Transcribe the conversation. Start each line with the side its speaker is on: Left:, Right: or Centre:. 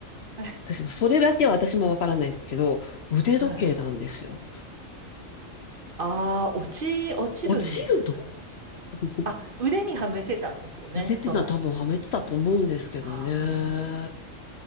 Right: <laughs> はい。
Left: 私もそれだけは私もわからないですけど、腕時計なんですよ。
Right: はい。ああ、落ち、落ちるんです。
Left: 落ちるの <laughs>
Right: あ、腕にはめてたんですよね、
Left: 腕っていうのは多分はめてたと思うんですけどね。
Right: その。あ